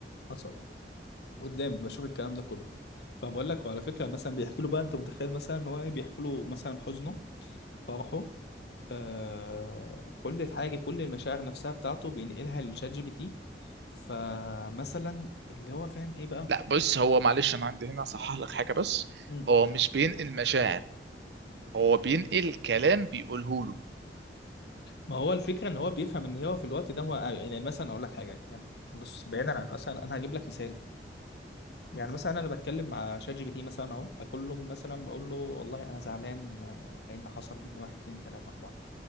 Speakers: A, on the left; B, on the right.
A: حصل قدامي بشوف الكلام ده كله فبقول لك وعلى فكره مثلا بيحكي له بقى انت متخيل مثلا ان هو إيه؟ بيحكي له مثلا حزنه فرحه آه كل حاجه كل المشاعر نفسها بتاعته بينقلها للشات جي بي تي فمثلا اللي هو فاهم ايه بقى
B: لا بص هو معلش انا عندي هنا اصحح لك حاجه بس
A: مم.
B: هو مش بينقل مشاعر هو بينقل كلام بيقوله له
A: ما هو الفكره ان هو بيفهم ان هو في الوقت ده هو يعني مثلا اقول لك حاجه يعني بص بعيدا عن مثلا انا هجيب لك مثال يعني مثلا انا بتكلم مع شات جي بي تي مثلا اهو بقول له مثلا بقول له والله انا زعلان آه، لان حصل مني واحد اتنين تلاته اربعه